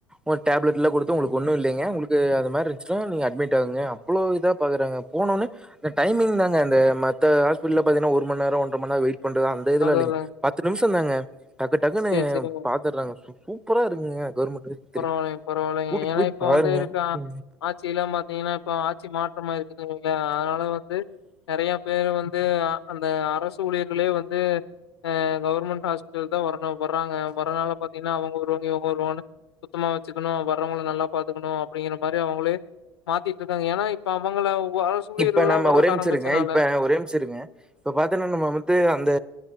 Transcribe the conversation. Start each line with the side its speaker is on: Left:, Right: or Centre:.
Centre: ஒரு டெப்ளேட்ளா குடுத்து உங்ளுக் ஒன்னுலைங்க உங்ளுக் அது மாரி இருந்துச்சுன்னா நீங்க அட்மிட் ஆவுங்க அவ்வளவு இதா பாக்குராங்க போனவுனே டைமிங் தாங்க அந்த ம த்து ஹாஸ்பிட்டல பாத்தங்கன ஒரு மணேரோ ஒன்ற மணநேரோ வெய் யிட் பண்றது அந்த இதுலாஇல்லிங்க
Left: அதுதாங்க
Centre: பத் நிம்ஷ் தாங்க டக்கு டக்குன்னு
Left: சரி சரிங்க
Centre: பாத்துறாங்க சூப்பரா இருக்குங்க கவர்மெண்ட் ஆஸ்பத்திரி.
Left: பரவாயில்லைங்க பரவாயில்லைங்க
Centre: கூட்டிட்டு
Left: ஏன்னா
Centre: போய்
Left: இப்ப
Centre: பாருங்க.
Left: வந்து இருக்க
Centre: ம்.
Left: ஆட்சி எல்லா பாத்தீங்கன்னா இப்ப ஆட்சி மாற்றமா இருக்குதுங்க ஆ வந்து நெறைய பேரு வந்து அந்த அரசு ஊழியர்களே வந்து அ கவர்மெண்ட் ஹாஸ்பிட்டல் தா வரணும் வர்றாங்க வரனால பாத்தீங்கன்னா அவுங்க வருவங்க இவுங்க வருவான்னு சுத்தமா வச்சுக்கணும் வர்ரவங்கள நல்லா பாத்துக்கணும் அப்டிங்கிற மாதிரி அவங்களே மாத்திட்டு இருக்காங்க ஏன்னா இப்ப அவங்கள அரசூழியர்கள்லா
Centre: இப்ப நம்ம
Left: வர்றக்கு
Centre: ஒரேமிச்சிருங்க
Left: ஆரம்பிச்சனால
Centre: இப்ப ஒரேமிச்சருங்க இப்ப பாத்திங்கன்னா நம்ம வந்து அந்த